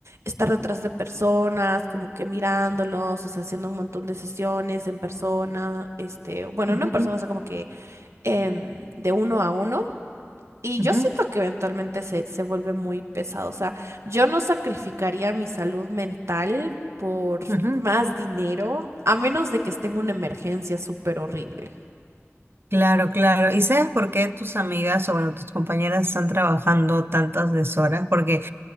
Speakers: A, on the right; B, on the right.
A: estar detrás de personas, como que mirándolos, o sea, haciendo un montón de sesiones en persona, este, bueno,
B: ujú,
A: no en persona, o sea, como que em, de uno a uno. Y
B: ujú,
A: yo siento que eventualmente se, se vuelve muy pesado. O sea, yo no sacrificaría mi salud mental por
B: ujú.
A: más dinero, a menos de que esté en una emergencia súper horrible.
B: Claro, claro. ¿Y sabes por qué tus amigas o bueno, tus compañeras están trabajando tantas deshoras? Porque